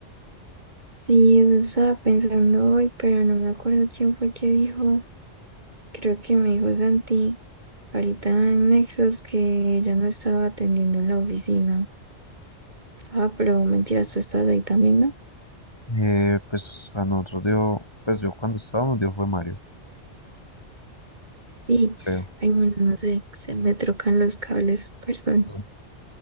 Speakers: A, on the right (about 40°); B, on the left (about 20°).
A: Sí, eso estaba pensando hoy, pero no me acuerdo quién fue que dijo. Creo que me dijo Santi ahorita en Nexos que ya no estaba atendiendo en la oficina. Ah, pero mentiras, tú estás ahí también, ¿no?
B: Eh, pues a nosotros dio, pues yo cuando estábamos dio fue Mario,
A: Sí.
B: creo.
A: Ay, bueno, no sé. Se me trocan los cables, perdón.
B: Mm.